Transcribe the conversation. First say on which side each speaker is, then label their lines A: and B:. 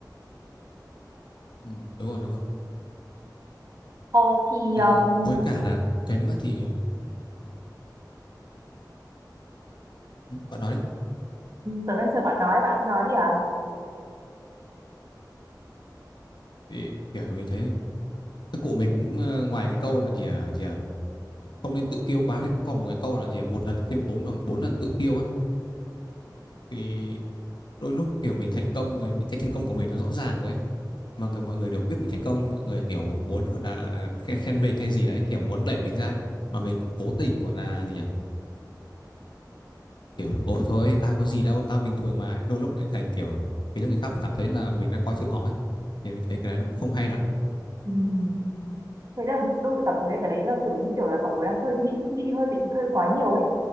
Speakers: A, on the left; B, on the right.
A: Ừ, đúng rồi đúng rồi
B: Ồ thì
A: Ừm,
B: um,
A: với cả là cái nữa thì ừ, bạn nói đi
B: tớ đang chờ bạn nói bạn cứ nói đi à
A: thì kiểu mình thấy các cụ mình cũng ờ, ngoài cái câu là gì à gì à không nên tự kiêu quá thì cũng còn một cái câu là gì à một lần khiêm tốn bằng bốn lần tự kiêu ấy thì đôi lúc kiểu mình thành công rồi những cái thành công của mình nó rõ ràng rồi ấy. mà người, mọi người đều biết mình thành công nhưng mọi người kiểu muốn gọi là khen, khen mình hay gì đấy kiểu muốn đẩy mình ra ấy. mà mình cứ cố tình gọi là gì à kiểu ôi thôi tao có gì đâu tao bình thường mà ấy." đôi lúc lại thành kiểu khiến cho người khác cảm thấy là mình đang coi thường họ ấy thì mình thấy cái đấy nó cũng không hay lắm
B: Ừm. thế là tôi cảm thấy là cái đấy là kiểu như kiểu là mọi người đang hơi nghĩ nghĩ hơi bị hơi quá nhiều ấy